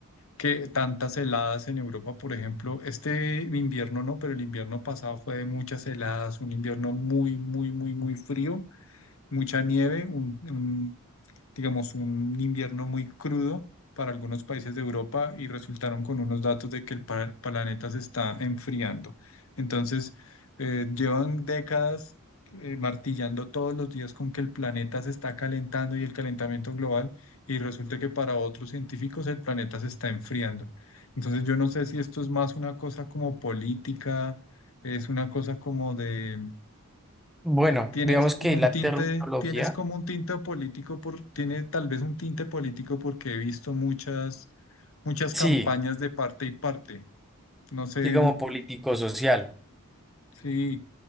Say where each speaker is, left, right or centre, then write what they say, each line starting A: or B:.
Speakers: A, on the left (about 65°); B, in the centre.
A: que tantas heladas en Europa, por ejemplo, este invierno no, pero el invierno pasado fue de muchas heladas, un invierno muy, muy, muy, muy frío, mucha nieve, un digamos, un invierno muy crudo para algunos países de Europa y resultaron con unos datos de que el pa- planeta se está enfriando. Entonces, eh, llevan décadas eh, martillando todos los días con que el planeta se está calentando y el calentamiento global, y resulta que para otros científicos el planeta se está enfriando. Entonces, yo no sé si esto es más una cosa como política, es una cosa como de
B: Bueno,
A: te- Tienes
B: digamos
A: como
B: que
A: un
B: la
A: tinte,
B: terminología...
A: tienes como un tinte político por, tiene tal vez un tinte político porque he visto muchas, muchas
B: Sí,
A: campañas de parte y parte. No sé,
B: Sí, como político-social.
A: Sí,